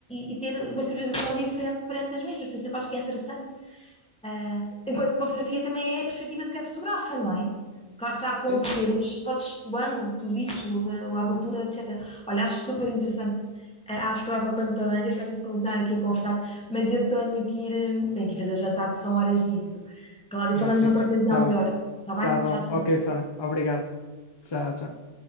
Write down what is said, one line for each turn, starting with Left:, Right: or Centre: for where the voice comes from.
Centre: e- e- e ter uma exteriorização diferente perante as mesmas. Por isso é que eu acho que é interessante. Ah, enquanto que uma fotografia também é a perspectiva de quem fotografa, não é? Claro que está a acontecer,
Left: Sim?
Centre: mas podes, o ângulo, tudo isso, a, a abertura, etc. Olha, acho super interessante. Ah, acho que dava pano para mangas para a gente continuar aqui a conversar, mas eu tenho que ir, eh, tenho que ir fazer jantar, que são horas disso. Cláudia, falamos
Left: Ok.
Centre: noutra ocasião
Left: Tá bom,
Centre: melhor, está bem?
Left: tá bom.
Centre: Tchau, tchau.
Left: Ok, Sana, obrigado. Tchau, tchau.